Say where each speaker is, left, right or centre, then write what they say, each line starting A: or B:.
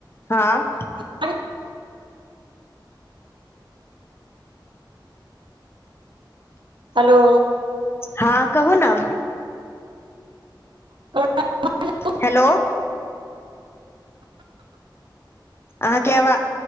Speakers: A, on the left; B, on the right.
A: हँ
B: <inaudible> हलो
A: हँ कहू न
B: <inaudible>
A: हेलो आहा के हवा